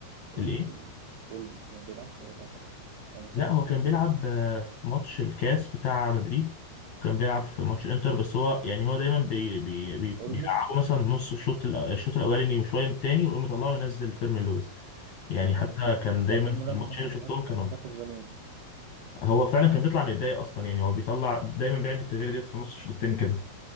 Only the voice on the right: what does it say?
أولمو
فين؟ أولمو ما بيلعبش ولا فترة هو مصاب
أولمو
مم-
يعني أولمو
لعب
الماتش
اللي
فات
أنا ما خدتش بالي منه